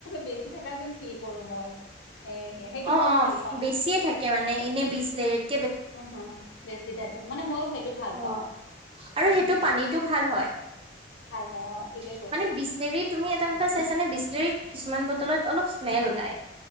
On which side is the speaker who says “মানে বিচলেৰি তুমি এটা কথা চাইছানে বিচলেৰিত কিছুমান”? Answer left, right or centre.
Right